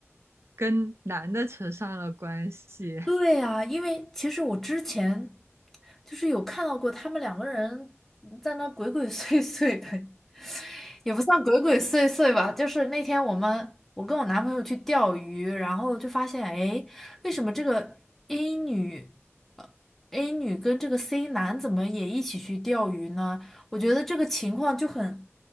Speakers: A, on the right; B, in the centre.
A: 跟男的扯上了关系。
B: 对呀，因为其实我之前就是有看到过他们两个人在那鬼鬼祟祟的，也不算鬼鬼祟祟吧，就是那天我们我跟我男朋友去钓鱼，然后就发现，哎，为什么这个 A 女，呃，A 女跟这个 C 男怎么也一起去钓鱼呢？我觉得这个情况就很